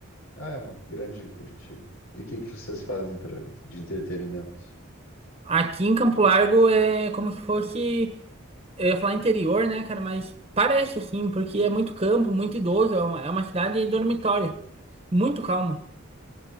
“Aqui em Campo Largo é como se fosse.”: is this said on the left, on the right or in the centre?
Right